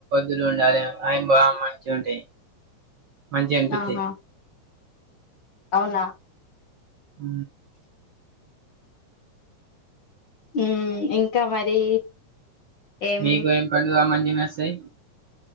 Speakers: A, on the right; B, on the left.
A: ఇల అయ బాగ మంచిగా ఉంటే మంచిగా అనిపిస్తే
B: ఆహా అవునా
A: ఊ
B: ఉమ్ ఇంకా మరి ఏం
A: మీకు ఎం పని ల మణి వినాసేయి